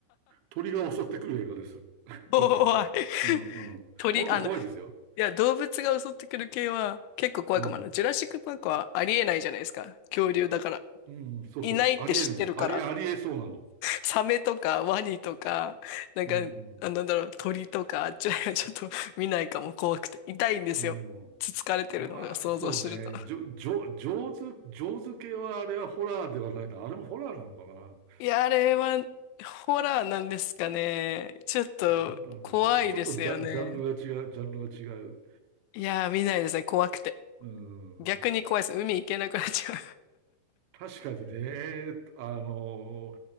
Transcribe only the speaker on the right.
鳥が襲ってくる映画です。<laughs>
とにかく。うんうん。
本当怖いですよ。
うん。
うん、そうそう。
あり得るの。あり、あり得そうなの。
うん
うん。うん。
まあ、そうね。じょ、じょ、上手、上手系はあれはホラーではないな。あれもホラーなのかな。
な、なんでしょうね。ちょっとジャ、ジャンルが違う、ジャンルが違う。
うん。
確かにね、あの、